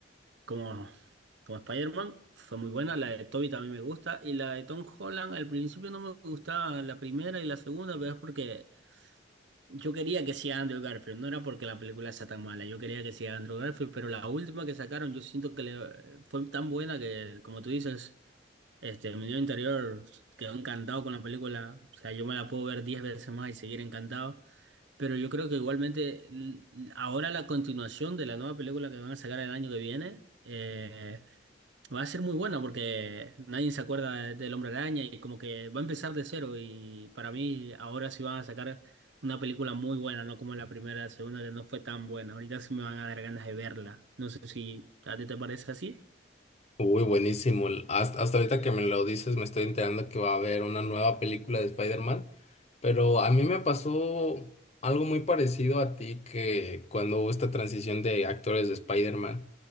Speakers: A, on the right (about 70°); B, on the left (about 35°).
A: como como Spider-Man, fue muy buena. La de Toby también me gusta. Y la de Tom Holland, al principio no me gustaba la primera y la segunda, pero es porque yo quería que sea Andrew Garfield, no era porque la película sea tan mala, yo quería que sea Andrew Garfield, pero la última que sacaron yo siento que le, fue tan buena que, como tú dices, este, mi niño interior quedó encantado con la película, o sea, yo me la puedo ver 10 veces más y seguir encantado, pero yo creo que igualmente l- ahora la continuación de la nueva película que van a sacar el año que viene, eh, Va a ser muy buena porque nadie se acuerda de- del Hombre Araña y como que va a empezar de cero y para mí ahora sí van a sacar una película muy buena, no como la primera, la segunda que no fue tan buena. Ahorita sí me van a dar ganas de verla. No sé si a ti te parece así.
B: Uy, buenísimo. El- Hasta, hasta ahorita que me lo dices, me estoy enterando que va a haber una nueva película de Spider-Man, pero a mí me pasó algo muy parecido a ti que cuando hubo esta transición de actores de Spider-Man.